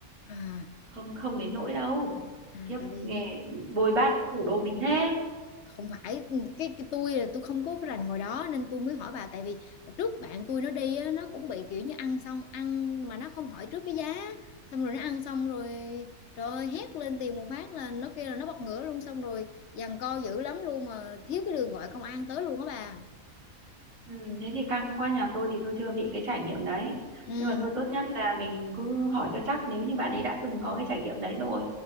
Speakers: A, on the left (about 55°); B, on the right (about 70°).
A: À,
B: không không đến nỗi đâu
A: à
B: kiếp
A: tại vì
B: nghe bôi bác thủ đô mình thế
A: không phải ừ, cái, cái tôi là tôi không có cái rành ngồi đó nên tôi mới hỏi bà tại vì trước bạn tôi nó đi á, nó cũng bị kiểu như ăn xong ăn mà nó không hỏi trước cái giá xong rồi nó ăn xong rồi trời ơi hét lên tiền một phát là nó kêu là nó bật ngửa luôn xong rồi giằng co dữ lắm luôn mà thiếu cái đường gọi công an tới luôn á bà
B: Ừ, thế thì căng quá nhà tôi thì tôi chưa bị cái trải nghiệm đấy
A: ừ
B: nhưng mà thôi tốt nhất là mình cứ hỏi cho chắc nếu như bạn ấy đã từng có cái trải nghiệm đấy rồi